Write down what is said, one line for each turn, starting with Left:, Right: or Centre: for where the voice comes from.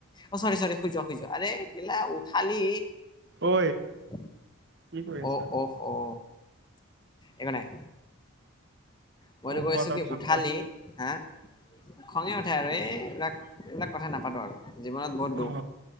Left: অ চৰি চৰি শুই যোৱা শুই যোৱা আৰে কেলা উঠালি।
Right: ঐ
Left: <unintelligible>
Right: কি কৰি আছা
Left: অ অ' অ। একোনাই মইতো
Right: অ
Left: কৈছোঁ
Right: কোৱা তাৰ
Left: কি
Right: পিছত
Left: উঠালি
Right: কোৱা
Left: হা। খঙে উঠে আৰু এই এইবিলাক এইবিলাক কথা নাপাতো আৰু। জীৱনত বহুত দুখ
Right: অ